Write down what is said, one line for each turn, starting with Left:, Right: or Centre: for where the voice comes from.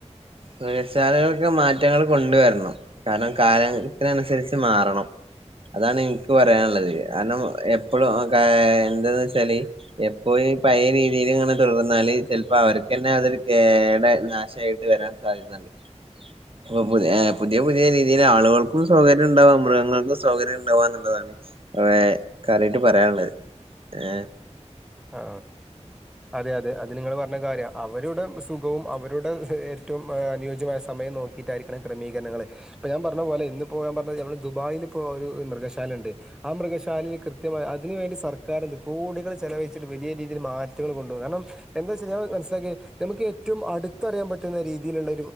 Right: മൃഗശാലകൾക്ക് മാറ്റങ്ങൾ കൊണ്ടുവരണം കാരണം കാലം അതിനനുസരിച്ച് മാറണം അതാണ് എനിക്ക് പറയാനുള്ളത് കാരണം എപ്പോഴും എന്താെന്ന് വെച്ചാല് എപ്പോ പയ രീതിയിൽ ഇങ്ങനെ തുടർന്നാല് ചിലപ്പോ അവർക്ക് തന്നെ അതൊരു കേട നാശമായി വരാൻ സാധ്യത ഉണ്ട് അപ്പൊ പുതി പുതിയ പുതിയ രീതിയിൽ ആളുകൾക്കും സൗകര്യം ഉണ്ടാവുക മൃഗങ്ങൾക്കും സൗകര്യം ഉണ്ടാവുക എന്നുള്ളതാണ് അവിടെ കാര്യായിട്ട് പറയാനുള്ളത് ഏ
Centre: ആ അതെ അതെ അത് നിങ്ങള് പറഞ്ഞ കാര്യാ അവരുടെ സുഖവും അവരുടെ ഏറ്റവും അനുയോജ്യമായ നോക്കിയിട്ടായിരിക്കണം ക്രമീകരണങ്ങള്അ പ്പൊ ഞാൻ പറഞ്ഞ പോലെ ഇന്ന് പോ ഞാൻ നമ്മള് ദുബായിൽ പ്പോ ഒരു മൃഗശാല ഉണ്ട് ആ മൃഗശാലയിൽ കൃത്യമായി അതിന് വേണ്ടി സർക്കാർ കോടികൾ ചെലവഴി വലിയ രീതിയിൽ മാറ്റങ്ങൾ കൊണ്ട്കാരണം എന്താ വച്ചാ ഞാൻ മനസിലാക്കിയെ നമുക്ക് ഏറ്റവും അടുത്തറിയൻ പറ്റുന്ന രീ രീതിയിലുള്ള